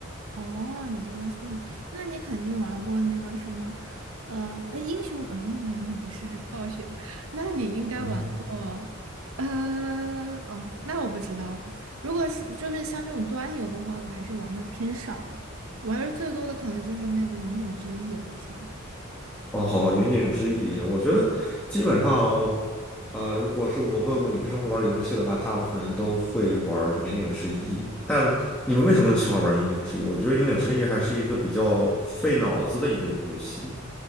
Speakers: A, on the right (about 80°); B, in the centre.
A: 哦，你都玩 Steam，那你肯定玩过那个什么，呃，哎，英雄，呃、英雄联盟不是，这是暴雪的。那你应该玩过，
B: 嗯哼。
A: 呃，哦，那我不知道了。如果是就是像这种端游的话，我还是玩的偏少的，玩的最多的可能就是那个云顶之弈了，以前。
B: 哦，云顶之弈，我觉得基本上，呃，如果是我问过女生会玩游戏的话，大部分人都会玩云顶之弈。但你们为什么喜欢玩云顶之弈？我觉得云顶之弈还是一个比较费脑子的一个游戏。